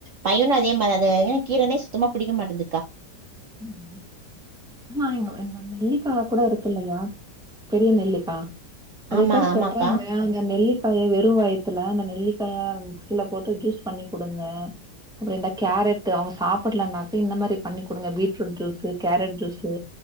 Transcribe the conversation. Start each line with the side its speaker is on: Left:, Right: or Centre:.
Right: பையனு அதே மாரிதாங்க கீரனே சுத்தமா பிடிக்க மாட்டேன்துக்கா
Centre: ம் ஆனா எங்க இந்த நெல்லிக்கா கூட இருக்கு இல்லயா பெரிய நெல்லிக்கா நெறைய
Right: ஆமா
Centre: பேர் சொல்றாங்க
Right: ஆமாக்கா
Centre: அங்க நெல்லி காய வெறு வயித்துல அந்த நெல்லிக்காய மிக்சில போட்டு ஜூஸ் பண்ணி குடுங்க அப்புறோ இந்த கேரட் அவங்க சாப்புட்லானாக்க இந்த மாரி பண்ணி குடுங்க beat fruit juice carrot juice